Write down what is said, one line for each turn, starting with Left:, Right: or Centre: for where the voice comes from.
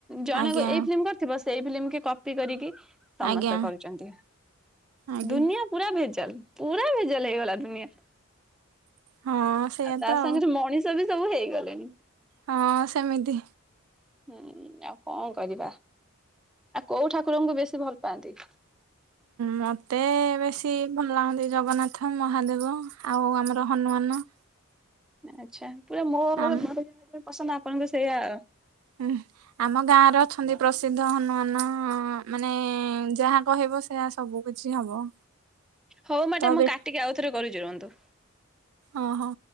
Centre: ଜଣେ
Right: ଆଜ୍ଞା
Centre: ଏଇ ଫିଲ୍ମ କରିଥିବ ସେଇ ଫିଲ୍ମ କି କପି କରିକି। ସମସ୍ତେ
Right: ଆଜ୍ଞା
Centre: କରୁଛନ୍ତି
Right: ଆଜ୍ଞା
Centre: ଦୁନିଆ ପୁରା ଭେଜାଲ ପୁରା ଭେଜାଲ ହେଇଗଲା ଦୁନିଆ।
Right: ହଁ ସେଇଆ
Centre: ଆଉ ତା
Right: ତ
Centre: ସାଙ୍ଗରେ ମଣିଷ ବି ସବୁ ହେଇଗଲେଣି।
Right: ହଁ ସେମିତି।
Centre: ହୁଁ ଆଉ କଣ କରିବା ଆଉ କୋଉ ଠାକୁରଙ୍କୁ ବେଶୀ ଭଲ ପାଆନ୍ତି?
Right: ମତେ ବେଶୀ ଭଲ ଲାଗନ୍ତି ଜଗନ୍ନାଥ ମହାଦେବ ଆଉ ଆମର ହନୁମାନ।
Centre: ଆଚ୍ଛା ପୁରା ମୋର
Right: ଆମ
Centre: ମୋର ଯାହାବି ପସନ୍ଦ ଆପଣଙ୍କୁ ବି ସେଇଆ ଆଉ।
Right: ହୁଁ। ଆମ ଗାଁରେ ଅଛନ୍ତି ପ୍ରସିଦ୍ଧ ହନୁମାନ ମାନେ ଯାହା କହିବ ସେୟା ସବୁ। କିଛି ହବ।
Centre: ହଉ ମେଡମ
Right: ତ ବେଶୀ
Centre: ମୁଁ କାଟିକି ଆଉଥରେ କରୁଛି ରୁହନ୍ତୁ।
Right: ଓହୋ।